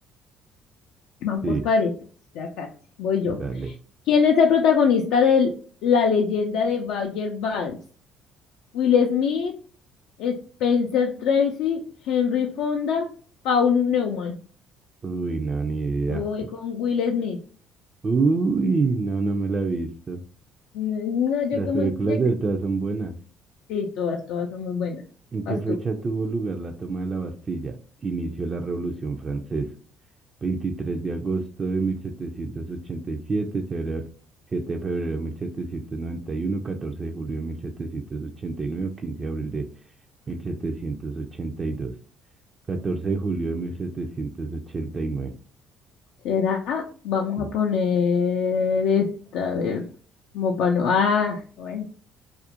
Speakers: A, on the left; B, on the right.
A: Vamos
B: Sí,
A: parejos, ya casi. Voy yo.
B: dale.
A: ¿Quién es el protagonista de La leyenda de Bagger Vance? Will Smith, Spencer Tracy, Henry Fonda, Paul Newman.
B: Uy, no, ni idea.
A: Yo voy con Will Smith.
B: Uy, no, no me la he visto.
A: No, yo
B: Las
A: como
B: películas
A: ya-
B: del TOA son buenas.
A: sí, todas, todas son muy buenas.
B: ¿En qué
A: Vas
B: fecha
A: tú.
B: tuvo lugar la toma de la Bastilla? Inició la Revolución Francesa. 23 de agosto de 1787, febrero- 7 de febrero de 1791, 14 de julio de 1789, 15 de abril de 1782, 14 de julio de 1789.
A: ¿Será? Vamos
B: Y
A: a
B: nueve.
A: poner esta, a ver, como para no, ah, bueno,